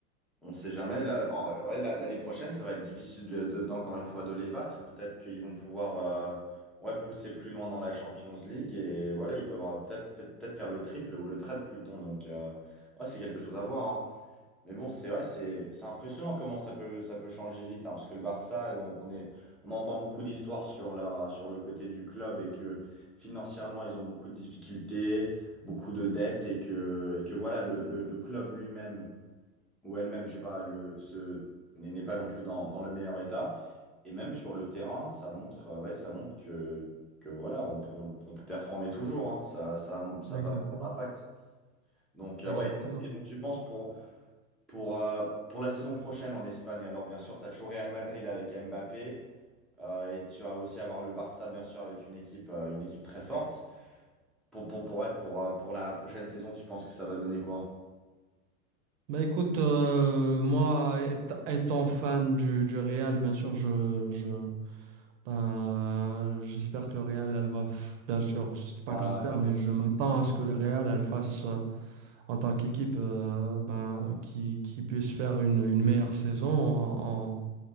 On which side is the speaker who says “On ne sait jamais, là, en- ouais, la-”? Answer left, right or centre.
Centre